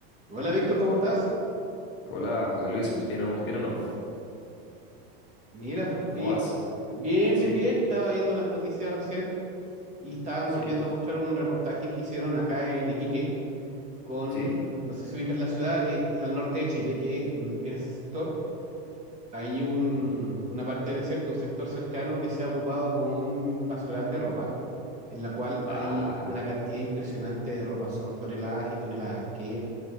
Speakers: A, on the right (about 25°); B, on the left (about 40°).
A: Hola Víctor, ¿cómo estás?
B: Hola, José Luis. ¿Bien o no? ¿Bien o no?
A: Mira, oye,
B: ¿Cómo vas?
A: bien,
B: Sí,
A: bien, bien. Estaba viendo las noticias recién y estaban
B: sí,
A: volviendo a mostrar un reportaje que hicieron acá en Iquique con,
B: sí.
A: no sé si ubicas la ciudad, que es al norte de Chile, que en, en ese sector hay un,
B: Mm.
A: una parte del desierto, un sector cercano que se ha ocupado como un basural de ropa, en la cual
B: Ah,
A: hay una cantidad impresionante de ropa, son toneladas y toneladas que,